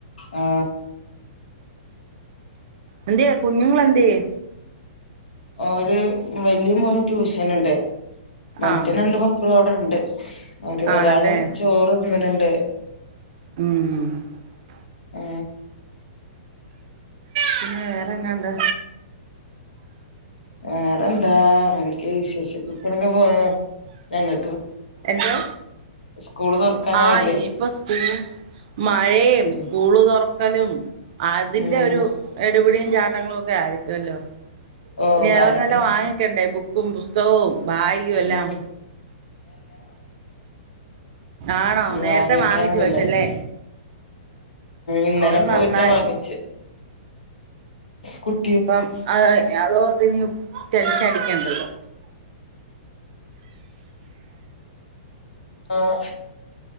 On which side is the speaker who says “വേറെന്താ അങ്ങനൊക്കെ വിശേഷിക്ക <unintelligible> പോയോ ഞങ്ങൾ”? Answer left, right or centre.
Left